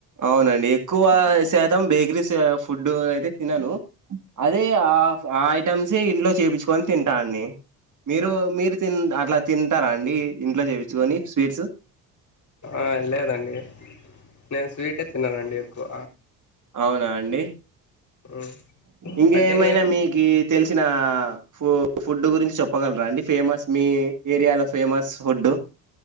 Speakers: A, on the right; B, on the left.
A: అవునండి. ఎక్కువ శాతం బేకరీస్ ఫుడ్ ఫుడ్ అయితే తినను అదే ఆ ఆ ఐటమ్స్ ఇంట్లో చేపించుకొని తింటాండి. మీరు మీరు తిన్ అట్లా తింటారా అండి ఇంట్లో చెపి <unintelligible> ని స్వీట్స్
B: ఆ లేదండి. నేను స్వీటే తిన్నానండి. ఎక్కువ
A: అవునా అండి.
B: ఉమ్.
A: ఇంకేమైనా
B: అంటే
A: మీకి తెలిసిన ఫు ఫుడ్ గురించి చెప్పగలరా అండి. ఫేమస్ మీ ఏరియాలో ఫేమస్ ఫుడ్